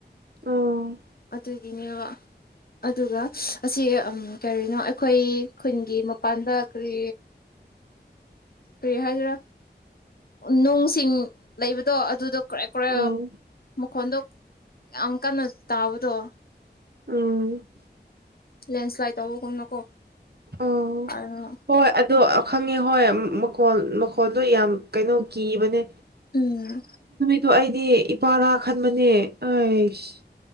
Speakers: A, on the right (about 60°); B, on the left (about 55°).
A: ꯑꯣ
B: ꯑꯗꯨꯒꯤꯅꯦꯕ ꯑꯗꯨꯒ ꯑꯁꯤ ꯀꯔꯤꯅꯣ ꯑꯩꯈꯣꯏ ꯈꯨꯟꯒꯤ ꯃꯄꯥꯟꯗ ꯀꯔꯤ ꯀꯔꯤ ꯍꯥꯏꯗꯔꯥ ꯅꯨꯡꯁꯤꯡ ꯂꯩꯕꯗꯣ ꯑꯗꯨꯗꯣ ꯀꯔꯦ ꯀ꯭ꯔꯦ
A: ꯑꯥ
B: ꯃꯈꯣꯟꯗꯣ ꯌꯥꯝ ꯀꯟꯅ ꯇꯥꯕꯗꯣ
A: ꯎꯝ
B: ꯂꯦꯟꯁ꯭ꯂꯥꯏꯠ ꯇꯧꯕꯒꯨꯝꯅꯀꯣ
A: ꯑꯣ
B: ꯎꯝ
A: ꯍꯣꯏ ꯑꯗꯣ ꯈꯪꯉꯦ ꯍꯣꯏ ꯃꯈꯣꯜ ꯃꯈꯣꯜꯗꯣ ꯌꯥꯝ ꯀꯩꯅꯣ ꯀꯤꯕꯅꯦ
B: ꯎꯝ
A: ꯑꯗ ꯑꯩꯗꯤ ꯏꯄꯥꯔꯥ ꯈꯟꯕꯅꯦ ꯑꯩꯁ